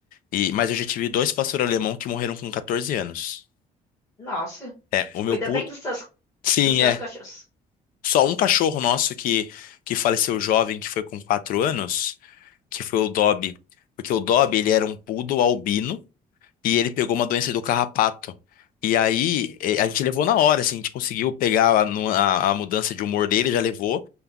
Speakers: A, on the left; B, on the left.
A: E mas eu já tive dois pastor alemão que morreram com 14 anos.
B: Nossa,
A: É,
B: tu
A: o meu
B: cuida
A: poodle
B: bem dos teus,
A: Sim,
B: dos teus
A: é.
B: cachorros.
A: Só um cachorro nosso que que faleceu jovem, que foi com 4 anos, que foi o Dobby, porque o Dobby ele era um poodle albino e ele pegou uma doença do carrapato. E aí, eh, a gente levou na hora, assim, a gente conseguiu pegar a, nu- a- a mudança de humor dele, já levou.